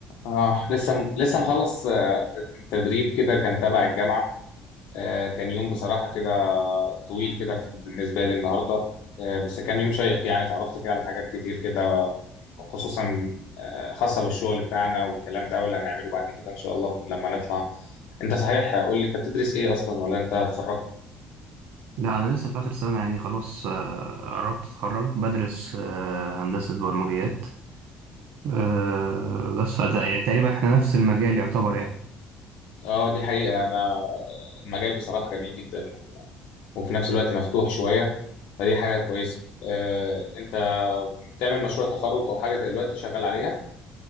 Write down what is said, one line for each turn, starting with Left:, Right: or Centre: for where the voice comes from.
Left: اه لسه م- لسه مخلص آه، تدريب كده كان تبع الجامعة آه، كان يوم بصراحة كده طويل كده في بالنسبة لي النهاردة آه، بس كان يوم شيق يعني اتعرفت فيه على حاجات كتير كده خصوصا آه، خاصة بالشغل بتاعنا والكلام ده واللي هنعمله بعد كده إن شاء الله في- لما نطلع انت صحيح قول لي انت بتدرس ايه اصلا ولا انت اتخرجت
Right: لا أنا لسه في آخر سنة يعني خلاص آه، قربت أتخرج بدرس آه، هندسة برمجيات آه، بس فت... يعني تقريبا إحنا نفس المجال يعتبر يعني
Left: اه دي حقيقة انا المجال بصراحة جميل جدا و... وفي نفس الوقت مفتوح شوية فدي حاجة كويسة آه، انت بتعمل مشروع تخرج او حاجة زي دلوقتي شغال عليها